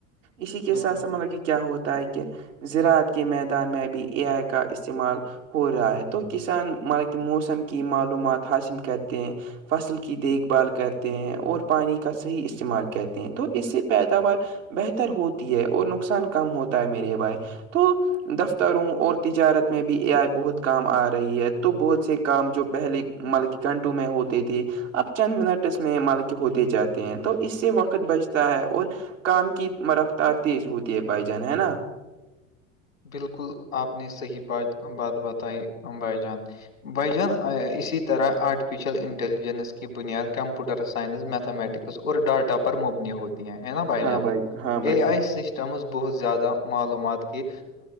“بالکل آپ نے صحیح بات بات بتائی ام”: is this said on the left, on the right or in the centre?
Left